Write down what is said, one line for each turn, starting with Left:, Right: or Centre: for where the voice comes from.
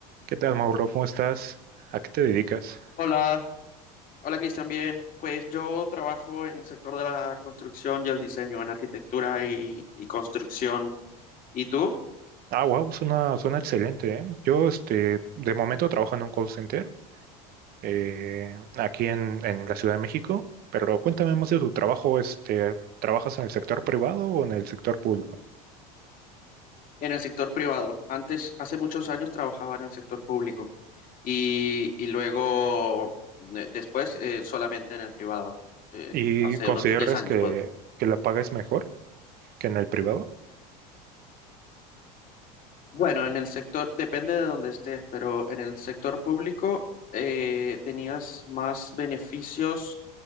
Right: ¿Qué tal, Mauro? ¿Cómo estás? ¿A qué te dedicas?
Left: Hola, hola Cristian, bien. Pues yo trabajo en el sector de la construcción y el diseño, en arquitectura y, y construcción. ¿Y tú?
Right: Ah, wow, suena, suena excelente, ¿eh? Yo, este, de momento trabajo en un call center eh, aquí en, en la Ciudad de México, pero cuéntame más de tu trabajo, este, ¿trabajas en el sector privado o en el sector público?
Left: En el sector privado. Antes, hace muchos años trabajaba en el sector público y, y luego, eh, después, eh, solamente en el privado. eh,
Right: ¿Y
Left: hace
Right: consideras
Left: unos 10 años,
Right: que,
Left: puedes.
Right: que la paga es mejor que en el privado?
Left: Bueno, en el sector, depende de donde estés, pero en el sector público eh, tenías más beneficios